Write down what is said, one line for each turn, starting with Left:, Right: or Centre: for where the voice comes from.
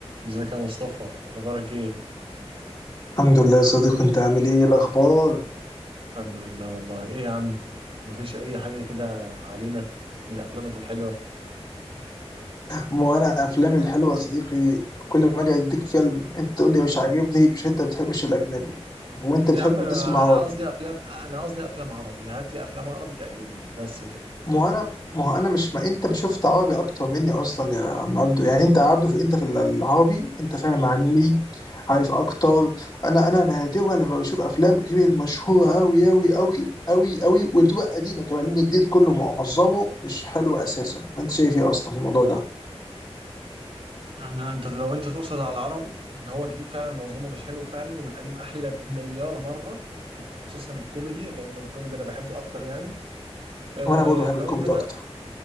Right: ازيك يا مصطفى اخبارك ايه
Left: الحمد لله يا صديقي انت عامل ايه إيه الاخبار
Right: الحمد لله والله ايه يا عم مفيش اي حاجه كده علينا من افلامك الحلوه
Left: وانا افلامي الحلوه يا صديقي كل ما اجي اديك فيلم انت تقول لي مش عاجبني مش انت بتحبش الاجنبي وانت بتحب
Right: يا عم انا
Left: تسمع عربي
Right: أنا قصدي افلام انا قصدي افلام عربي هات لي افلام عربي تعجبني بس كده
Left: ما انا ما انا مش ما انت شفت عربي اكتر مني اصلا يا عم عبدو يعني انت يا عبدو في انت في العربي انت فاهم عني عارف اكتر انا انا نادرا لما بشوف افلام غير المشهوره قوي قوي قوي قوي قوي وبتبقى قديمه كمان لان الجديد كله معظمه مش حلو اساسا ما انت شايف ايه اصلا في الموضوع ده
Right: أنا- انت لو انت تقصد على العربي ان هو جديد فعلا معظمه مش حلو فعلا والقديم احلى بمليار مره خصوصا الكوميدي لان الكوميدي انا بحبه اكتر يعني أه
Left: وانا برضه بحب
Right: لو
Left: الكوميدي
Right: انت بقى
Left: اكتر